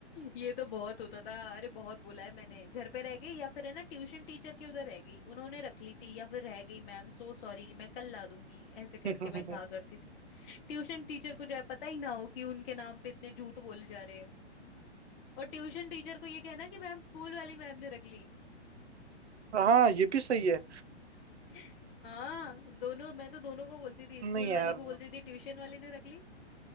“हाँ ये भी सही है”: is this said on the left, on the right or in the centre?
Right